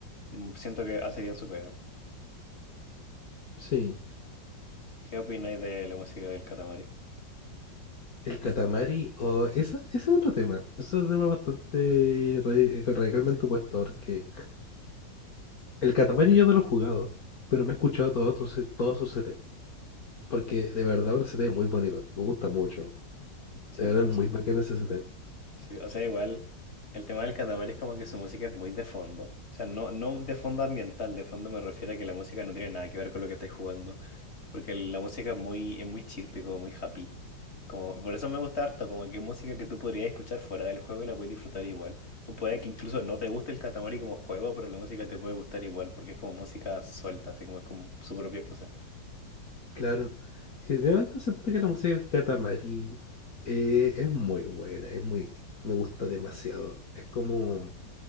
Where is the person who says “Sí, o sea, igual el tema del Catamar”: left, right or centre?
Left